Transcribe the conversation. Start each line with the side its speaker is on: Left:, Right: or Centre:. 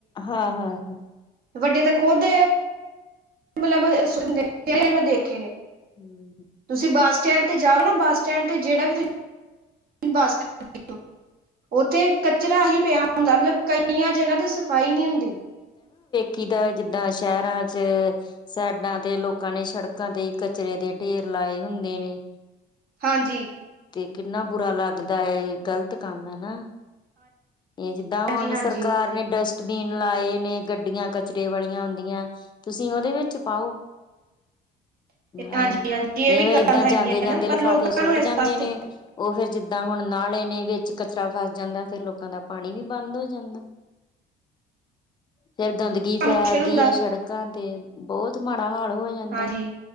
Left: ਹਾਂ ਹਾਂ ਹ
Right: ਵੱਡੇ ਤਾਂ ਖੁਦ ਮਤਲਬ ਸੁਦੇ <inaudible> ਮ ਦੇਖੇ ਨੇ
Left: ਹਮ
Right: ਤੁਸੀਂ ਬੱਸ ਸਟੈਂਡ ਤੇ ਜਾਓ ਨਾ ਬੱਸ ਸਟੈਂਡ ਤੇ ਜਿਹੜਾ ਵੀ ਤੁਸੀਂ <inaudible> ਉੱਥੇ ਕਚਰਾ ਹੀ ਪਿਆ ਹੁੰਦਾ ਮਤਲਬ ਕਈਆਂ ਜਗ੍ਹਾ ਤੇ ਸਫ਼ਾਈ ਨਹੀਂ ਹੁੰਦੀ
Left: ਕਿਦਾ ਜਿੱਦਾਂ ਸ਼ਹਿਰਾਂ ਚ ਸਾਈਡਾਂ ਤੇ ਲੋਕਾਂ ਨੇ ਸੜਕਾਂ ਤੇ ਕਚਰੇ ਦੇ ਢੇਰ ਲਾਏ ਹੁੰਦੇ ਨੇ
Right: ਹਾਂਜੀ
Left: ਤੇ ਕਿੰਨਾ ਬੁਰਾ ਲੱਗਦਾ ਇਹ ਗ਼ਲਤ ਕੰਮ ਹੈ ਨਾ ਇਹ ਜਿੱਦਾਂ
Right: ਹਾਂਜੀ
Left: ਹੁਣ
Right: ਹਾਂਜੀ
Left: ਸਰ ਕਾਰ ਨੇ ਡਸਟ ਬੀਨ ਲਾਏ ਨੇ ਗੱਡੀਆਂ ਕਚਰੇ ਵਾਲੀਆਂ ਔਦੀਆਂ ਤੁਸੀਂ ਉਹਦੇ ਵਿੱਚ ਪਾਓ
Right: <inaudible>
Left: ਆਹ
Right: ਹਾਂਜੀ ਇਹ
Left: ਇਹਵੇ
Right: ਵੀ ਗੱਲ
Left: ਏਦਾਂ
Right: ਹੈਗੀ
Left: ਜਾਂਦੇ
Right: ਹੈ
Left: ਜਾਂਦੇ
Right: ਨਾ ਪਰ
Left: ਲਿਫਾਫੇ
Right: ਲੋਕਾਂ
Left: ਸੁੱਟ
Right: ਨੂੰ ਇਸ
Left: ਜਾਂਦੇ
Right: ਪਾਸੇ
Left: ਨੇ ਉਹ ਫੇਰ ਜਿੱਦਾਂ ਹੁਣ ਨਾਲੇ ਨੇ ਵਿੱਚ ਕਚਰਾ ਫਸ ਜਾਂਦਾ ਫਿਰ ਲੋਕਾਂ ਦਾ ਪਾਣੀ ਵੀ ਬੰਦ ਹੋ ਜਾਂਦਾ ਫੇਰ ਗੰਦਗੀ ਫੈਲਦੀ
Right: ਮੁਸ਼ਕਿਲ ਹੁੰਦਾ
Left: ਹੈ ਸ਼ੜਕਾਂ ਤੇ ਬਹੁਤ ਮਨ ਬੁਰਾ ਹਾਲ ਹੋ ਜਾਂਦਾ
Right: ਹਾਂਜੀ